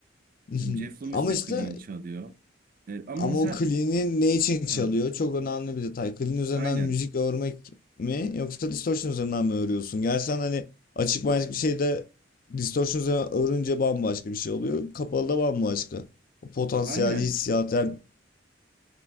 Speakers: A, on the left; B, on the right.
A: <laughs>
B: Şimdi Jeff Loomis
A: Ama
B: de
A: işte
B: clean çalıyor. E, ama
A: ama
B: mesela
A: o clean'i ne için
B: ha,
A: çalıyor? Çok önemli bir detay. Clean üzerinden
B: aynen.
A: müzik örmek mi yoksa distortion üzerinden mi örüyorsun? Gerçi hani açık manyetik bir şeyde distortion üzerinden örünce bambaşka bir şey oluyor. Kapalı da bambaşka. O potansiyel
B: Aynen.
A: hissiyat yani